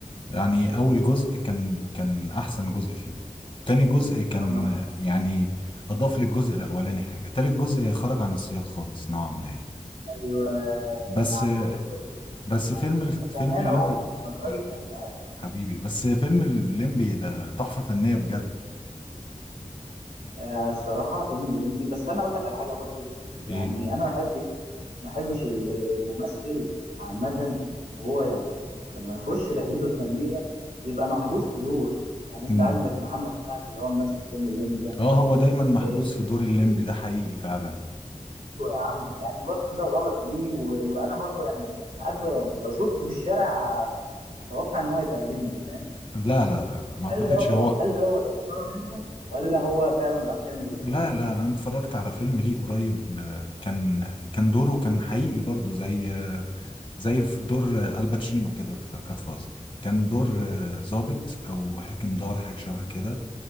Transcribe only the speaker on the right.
طب ما انا-
ايوه جدع
ما هو ده اللي بتكلم فيه
انت
فاهمان
اهو ما انت راجل
فاهمان
آه، الصراحة فيلم الليمبي بس أنا أقول لك على حاجة برضو يعني
أنا ما بحبش ما بحبش ال- الممثل عامة وهو يعني لما يخش رحلته الفنية يبقى محبوس في دور يعني أنت
عندك محمد سعد اللي هو ممثل فيلم الليمبي ده
إيه،
أيوة
يا عم يعني برضو ده غلط ليه و... وأنا برضو يعني ساعات ب... لو شفته في الشارع هتوقع إن هو هيبقى الليمبي فاهم
هل
دوت
هل دوت استثارة منه ولا هو فعلا ما بيعرفش يعمل غير الدور
ده؟